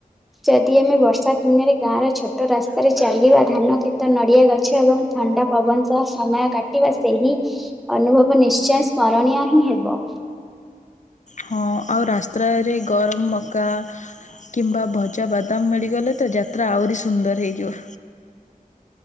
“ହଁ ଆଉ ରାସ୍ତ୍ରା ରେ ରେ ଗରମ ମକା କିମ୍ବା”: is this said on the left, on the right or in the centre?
Left